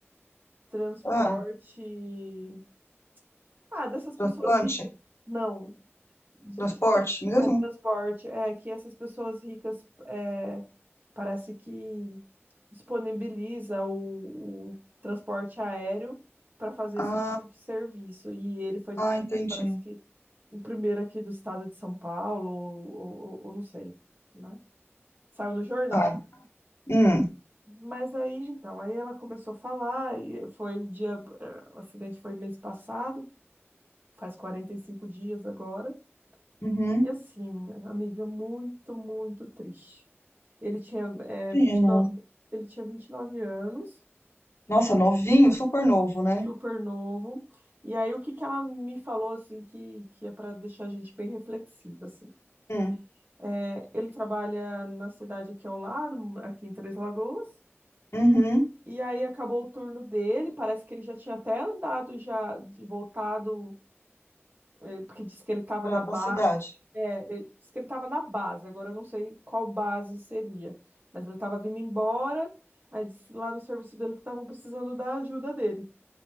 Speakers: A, on the right; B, on the left.
A: transporte.
B: Ah,
A: Ah, dessas pessoas
B: transplante?
A: ricas. Não. de-
B: Transporte
A: de-
B: mesmo?
A: É transporte. É que essas pessoas ricas é, parece que disponibiliza o, o transporte aéreo para fazer
B: Ah,
A: esse tipo de serviço. E ele foi,
B: ah,
A: tipo,
B: entendi.
A: parece que o primeiro aqui do estado de São Paulo, ou, ou, ou ou não sei, né? Saiu no jornal.
B: Tá. Hum,
A: Mas aí, então, aí ela começou a falar, e foi dia, eh, o acidente foi mês passado, Faz 45 dias agora.
B: uhum.
A: E assim, amiga, muito, muito triste. Ele tinha,
B: Sim,
A: é,
B: não.
A: 29, ele tinha 29 anos,
B: Nossa, novinho, super novo, né?
A: super novo. E aí, o que que ela me falou, assim, que, que é para deixar a gente bem reflexiva, assim.
B: Hum,
A: É, ele trabalha na cidade aqui ao lado, aqui em Três Lagoas.
B: uhum.
A: E aí, acabou o turno dele. Parece que ele já tinha até andado, já de- voltado É, Porque disse que ele estava
B: Pra,
A: na ba...
B: pra cidade.
A: é, é, disse que ele estava na base, agora eu não sei qual base seria. Mas ele estava vindo embora, aí disse lá no serviço dele que estavam precisando da ajuda dele.